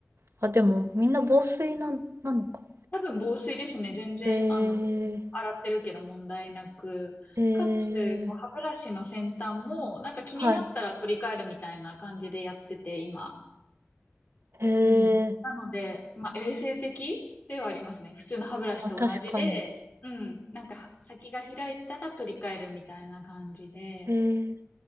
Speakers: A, on the right (about 70°); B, on the left (about 40°).
A: あ、でも、みんな防水なん、なのか。
B: 多分防水ですね。全然、
A: へえ。
B: あの、洗ってるけど問題なく。
A: へえ。
B: かつ、こう歯ブラシの先端も、なんか気になったら取り替えるみたいな感じでやってて、
A: はい。
B: 今。
A: へ
B: うん。
A: え。
B: なので、まあ、衛生的ではありますね。普通の歯ブラシと同じで、
A: まあ、確かに。
B: うん。なんかは、先が開いたら取り替えるみたいな感じで。
A: へえ。